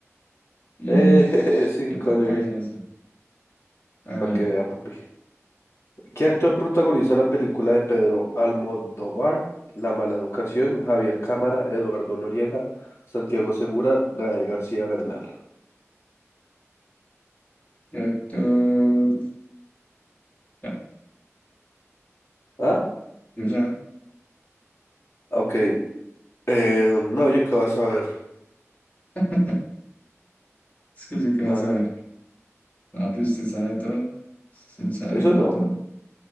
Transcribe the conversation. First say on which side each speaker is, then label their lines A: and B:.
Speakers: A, on the left; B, on the left.
A: Y
B: Eh, <laughs> jeje, Sean
A: qué
B: Connery,
A: papayas Hágale.
B: para que vea, papi. ¿Qué actor protagoniza la película de Pedro Almodóvar? La mala educación, Javier Cámara, Eduardo Noriega, Santiago Segura, Gael García Bernal.
A: Y actor. No,
B: ¿Ah?
A: yo ya.
B: Ok, Eh, no, yo qué vas a ver.
A: <laughs> Es que yo qué
B: Ah,
A: vas a ver. Papi, usted sabe todo. Usted sabe
B: eso
A: lo
B: no.
A: todo.